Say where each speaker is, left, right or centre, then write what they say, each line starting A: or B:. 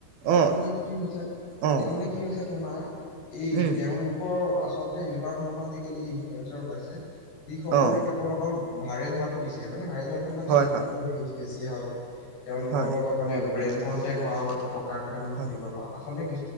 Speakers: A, on the left; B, on the right.
A: এতিয়া
B: অঁ
A: মানে কি হৈছে এতিয়া
B: অঁ
A: মানে কি হৈছে তোমাৰ এই
B: উম
A: তেওঁলোক আচলতে এনেকুৱা ধৰণৰ আজিকালি ইনফ্লুৱেঞ্চৰ ওলাইছে যিসকলে
B: অঁ
A: কেৱল অকল ভাইৰেল হোৱাটো বিচাৰে মানে, ভাইৰেল হোৱাটো মানে
B: হয়
A: তেওঁলোকৰ
B: হয়
A: ভিউজ বেছি হওক, তেওঁলোকৰ
B: হয়
A: লগত মানে ব্ৰেইন কন্টেক হওঁ, টকা কেইটামান
B: হয়
A: ঘটিব পাওঁ, আচলতে কি